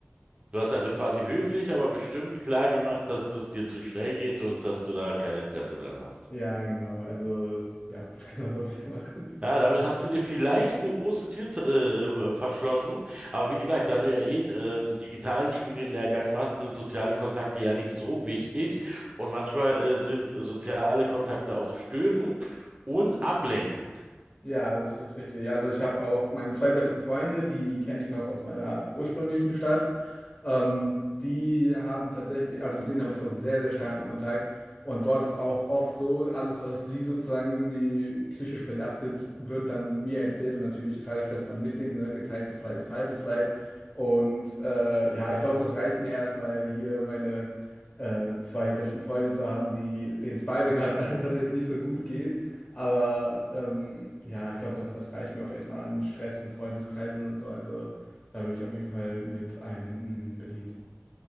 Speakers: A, on the right; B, on the left.
A: Du hast also quasi höflich, aber bestimmt klar gemacht, dass es dir zu schnell geht und dass du da kein Interesse dran hast.
B: Ja, genau, also ja, <laughs> genau so habe ich es gemacht.
A: Ja, damit hast du dir vielleicht eine große Tür zu- äh, äh, verschlossen. Aber wie gesagt, da du ja eh einen ähm, digitalen Studienlehrgang machst, sind soziale Kontakte ja nicht so wichtig. Und manchmal äh, sind soziale Kontakte auch störend und ablenkend.
B: Ja, das ist richtig. Also ich habe auch meine zwei besten Freunde, die kenne ich noch aus meiner ursprünglichen Stadt. Ähm, die haben tatsächlich, also mit denen habe ich auch sehr, sehr starken Kontakt. Und dort ist auch oft so, alles, was sie sozusagen irgendwie psychisch belastet, wird dann mir erzählt. Und natürlich trage ich das dann mit denen, ne? Geteiltes Leid ist halbes Leid. Und äh, ja, ich glaube, das reicht mir erstmal hier meine äh, zwei besten Freunde zu haben, die, denen es beide gerade <laughs> tatsächlich nicht so gut geht. Aber ähm, ja, ich glaube, das, das reicht mir auch erstmal an Stress in Freundeskreisen und so. Also da bin ich auf jeden Fall mit allen Händen bedient.